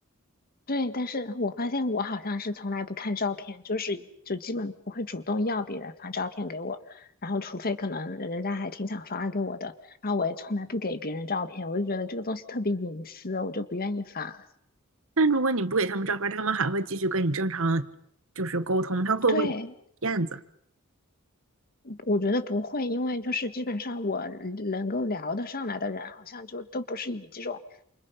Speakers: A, on the left; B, on the right.
A: 对，但是我发现我好像是从来不看照片，就是就基本不会主动要别人发照片给我，然后除非可能人家还挺想发给我的，然后我也从来不给别人照片，我就觉得这个东西特别隐私，我就不愿意发。
B: 但如果你不给他们照片儿，他们还会继续跟你正常就是沟通，他会不会
A: 对，
B: 燕子？
A: 我觉得不会，因为就是基本上我能够聊得上来的人，好像就都不是以这种。